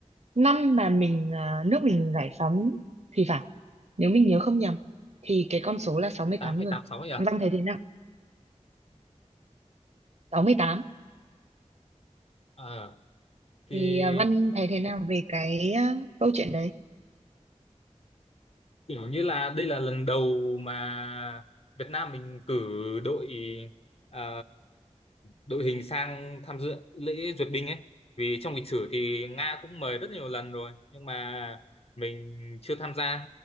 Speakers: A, on the right; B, on the left.
A: năm mà mình à, nước mình giải phóng thì phải. Nếu mình nhớ không nhầm thì cái con số là sáu
B: số
A: mươi
B: 8
A: tám
B: hay
A: người.
B: tám sáu ấy à
A: Văn thấy thế nào? sáu mươi tám
B: Ờ, thì
A: Thì à, Văn thấy thế nào về cái à, câu chuyện đấy?
B: kiểu như là đây là lần đầu mà Việt Nam mình cử đội ờ, đội hình sang tham dự lễ duyệt binh ấy vì trong lịch sử thì Nga cũng mời rất nhiều lần rồi nhưng mà mình chưa tham gia